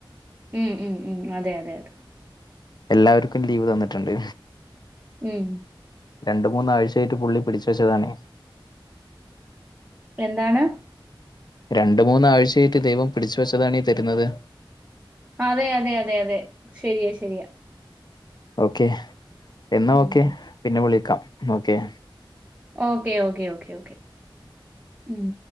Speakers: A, on the right; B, on the left.
A: ഉം ഉം ഉം അതെ അതെ അതെ
B: എല്ലാവർക്കും ലീവ് തന്നിട്ട്ണ്ട്
A: ഉം
B: രണ്ട് മൂന്നാഴ്ചായിട്ട് പുള്ളി പിടിച്ച് വെച്ചതാണ്
A: എന്താണ്
B: രണ്ട് മൂന്നാഴ്ചായിട്ട് ദൈവം പിടിച്ച് വെച്ചതാണീ തര്ന്നത്
A: അതെ അതെ അതെ അതെ ശരിയാ ശരിയാ
B: ഓക്കെ എന്നാ
A: ഉം
B: ഓക്കെ പിന്നെ വിളിക്കാം okay
A: okay okay okay okay ഉം